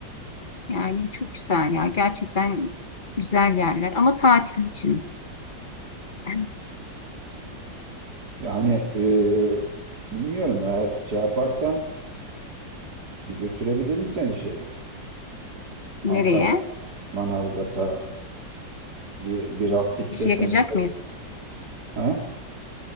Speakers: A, on the left; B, on the right.
A: Yani çok güzel ya. Gerçekten güzel yerler ama tatil için. <laughs>
B: Yani eee, bilmiyorum eğer şey yaparsan bir götürebilirim seni şeye.
A: Nereye?
B: Antalya, Manavgat'a bir, bir raftikte
A: İşi
B: sen.
A: yakacak mıyız?
B: Ha?